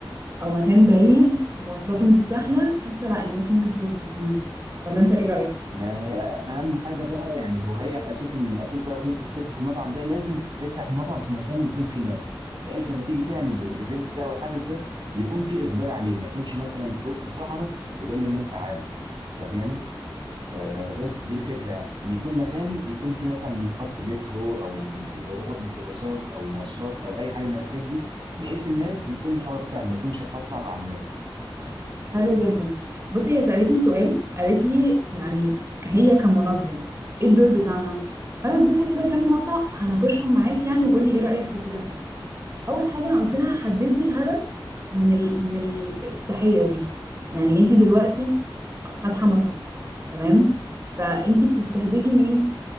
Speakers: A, on the right (about 35°); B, on the right (about 60°).
A: او مكان بعيد مواصلاته مش سهله حاسه لا الناس ممكن تفكس يعني ولا انت ايه رايك
B: ما هي اهم حاجه بقى يعني هو هي اساسا من الاساس بقى وهي بتفتتح المطعم ده لازم تفتح المطعم في مكان يكون فيه ناس بحيث لما تيجي تعمل الايفنت ده او الحدث ده يكون فيه اقبال عليه ما يكونش مثلا في وسط الصحراء وتقول للناس تعالوا فاهماني آه، بس دي الفكرة يعني إن يكون مكان يكون فيه مثلا خط مترو أو ميكروبا- ميكروباصات أو مواصلات أو أي حاجة من الحاجات دي بحيث الناس يكون الحوار سهل ما يكونش الحوار صعب على الناس
A: حلو جدا بصي هي سالتني سؤال قالت لي يعني هي كمنظم ايه الدور بتاعها فانا اديتها كده كام نقطه هناقشهم معاك يعني وقول لي ايه رايك في كل حاجه اول حاجه انا قلت لها حددي الهدف من ال... من الافتتاحيه دي يعني انت دلوقتي فاتحه مطعم تمام فانت بتستهدفي مين